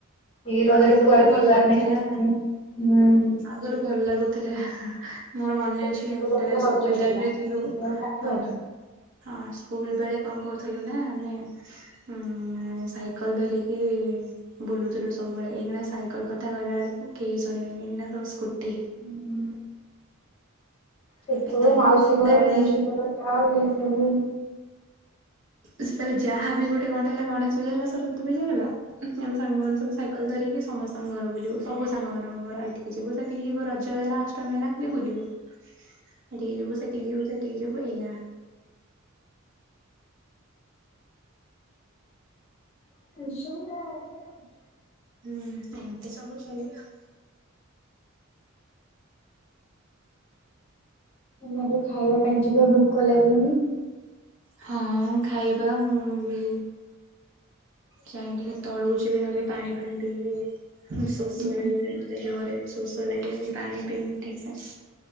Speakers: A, on the left (about 30°); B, on the right (about 60°).
A: ଏଇ ରଜରେ
B: ଆଗରୁ
A: କୁଆଡେ
B: ତ ଭଲ
A: ଯିବାର
B: ଲାଗୁଥିଲା
A: ନାହିଁ ଆସିବାର ନାହିଁ।
B: ଆଗରୁ ଭଲ ଲାଗୁଥିଲା। ମୋର ମନେ
A: ଛୋଟବେଳେ
B: ଅଛି ଆମେ ଯେତେବେଳେ
A: ରଜ ରଜ
B: ସ୍କୁଲ ଟାଇମରେ
A: ଥିଲା
B: ଥିଲୁ
A: ଏବେ ଆଉ କାଇଁ ରଜ।
B: ଆଁ ହଁ ସ୍କୁଲ ବେଳେ କଣ କରୁଥିଲୁ ନା ଆମେ ଉଁ ଉଁ ସାଇକଲ ଧରିକି ଇ ବୁଲୁଥିଲୁ ସବୁବେଳେ ଏଇକିଣା ସାଇକଲ କଥା କହିଲା ବେଳକୁ କେହି ଶୁଣିବେନି ଏଇିନା ସବୁ ସ୍କୁଟି।
A: ହୁଁ। ସେତେବେଳେ
B: ଏବେ ଗାଡି
A: ମାଉସି
B: ସେତେବେଳେ
A: ଘର ପିଉସୀ ଘର ଆଉ ଇଏ ସବୁ
B: ସେ ଯାହା ବି ଗୋଟେ କଣଟେ ହେଲା ଗଣେଶ ପୂଜା ହେଲା ସରସ୍ଵତୀ ପୂଜା ହେଲା ଆମେ ସାଙ୍ଗମାନେ ସବୁ ସାଇକେଲ ଧରିକି ସମସ୍ତଙ୍କ ଘର ବୁଲିବୁ ସବୁ ସାଙ୍ଗମାନଙ୍କ ଘର ଏଇଠିକି ଯିବୁ ସେଠିକି ଯିବ ରଜ ହେଲା ଅଷ୍ଟମୀ ହେଲା ଖାଲି ବୁଲିବୁ। ଏଠିକି ଯିବୁ ସେଠିକି ଯିବୁ ସେଠିକି ଯିବୁ ଏଇଆ।
A: <unintelligible>
B: ହୁଁ ଏମତି ସବୁ ଚାଲେ ଆଉ।
A: ଏବେ ଖାଇବା ପାଇଁ ଯିବା ଭୋକ ଲାଗିଲାଣି।
B: ହଁ ଅଁ ଖାଇବା ମୁଁ ବି ଯାଇ ଟିକେ ତଳକୁ ଯିବି ନହେଲେ ପାଣି ଫାଣି ପିଇବି। ଶୋଷ
A: ହୁଁ
B: ଲାଗିଲାଣି ମତେ ଜୋରରେ ଶୋଷ ଲାଗିଲାଣି ପାଣି ପିଇନି ଠିକସେ।